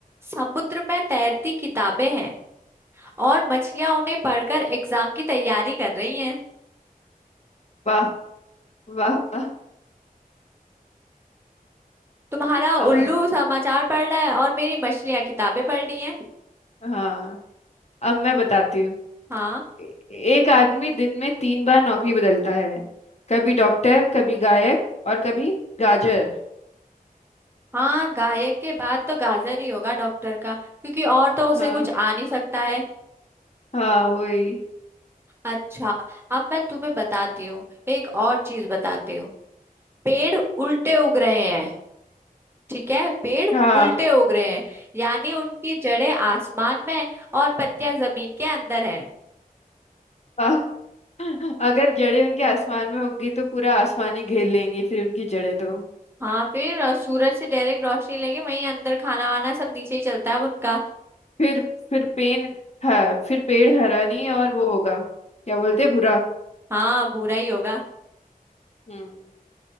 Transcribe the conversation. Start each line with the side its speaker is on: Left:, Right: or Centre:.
Right: समुद्र में तैरती किताबें हैं और मछलियां उन्हें पढ़कर एग्जाम की तैयारी कर रही हैं
Left: वाह वाह वाह
Right: तुम्हारा
Left: आ,
Right: उल्लू समाचार पढ़ रहा है और मेरी मछलियां किताबें पढ़ रही हैं
Left: हाँ अब मैं बताती हूँ
Right: हाँ
Left: ए- एक आदमी दिन में तीन बार नौकरी बदलता है कभी डॉक्टर कभी गायक और कभी गाजर
Right: हाँ गायक के बाद तो गाजर ही होगा डॉक्टर का क्योंकि और तो उसे
Left: हाँ,
Right: कुछ आ नहीं सकता है
Left: हाँ वही
Right: अच्छा अब मैं तुम्हें बताती हूँ एक और चीज बताती हूँ पेड़ उल्टे उग रहे हैं ठीक है पेड़
Left: हाँ
Right: उल्टे उग रहे हैं यानी उनकी जड़ें आसमान में और पत्तियां जमीन के अंदर हैं
Left: आ, <laughs> अगर जड़ें उनके आसमान में होंगी तो पूरा आसमान ही घेर लेंगी फिर उनकी जड़ें तो
Right: हाँ फिर अ, सूरज से डायरेक्ट रोशनी लेके वहीं अंदर खाना वाना सब नीचे ही चलता है अब उनका
Left: फिर फिर पेन हाँ फिर पेड़ हरा नहीं और वो होगा क्या बोलते हैं, भूरा
Right: हाँ भूरा ही होगा
Left: हम्म